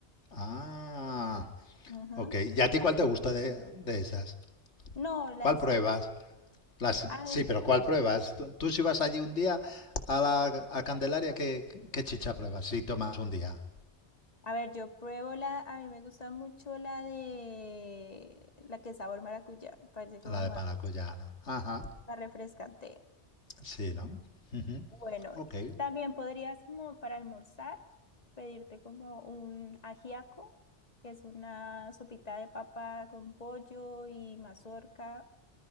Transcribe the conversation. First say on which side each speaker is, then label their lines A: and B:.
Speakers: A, on the left (about 85°); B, on the left (about 35°).
A: Ah,
B: Ajá.
A: ok. ¿Y a ti cuál te gusta de, de esas?
B: No, la
A: ¿Cuál
B: sin.
A: pruebas? Las,
B: ah,
A: sí, pero ¿cuál pruebas? Tú, tú si vas allí un día a, la, a Candelaria, ¿qué, qué chicha pruebas? Si tomas un día,
B: A, ver, yo pruebo la. A mí me gusta mucho la de. La que es sabor maracuyá. Parece como
A: la de
B: más.
A: maracuyá. Ajá.
B: La refrescante.
A: Sí, ¿no? Ujú,
B: Bueno,
A: Ok.
B: también podrías como para almorzar pedirte como un ajiaco, que es una sopita de papa con pollo y mazorca.